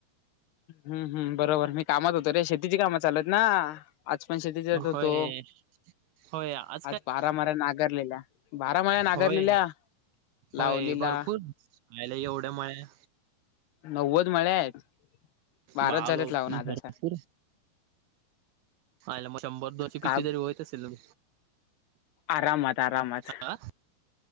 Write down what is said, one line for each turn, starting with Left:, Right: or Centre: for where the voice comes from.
Left: हूं हूं बरोबर मी कामात होतो रे, शेतीची कामं चालु येत ना. आज पण शेतीच्या यात
Right: होय
Left: होतो.
Right: होय आत
Left: आज बारामऱ्या नागरलेल्या, बारामळ्या नागरलेल्या?
Right: होय
Left: लावलीला
Right: होय भरपूर आयला एवढ्या मळ्या.
Left: नव्वद मळ्या आहेत, बाराच
Right: बा
Left: झालेत
Right: बा
Left: लावून आजसा.
Right: भरपूर आयला मग शंभर, दोनशे
Left: का
Right: पिशवी जरी होयत असेल.
Left: आरामात, आरामात,
Right: हा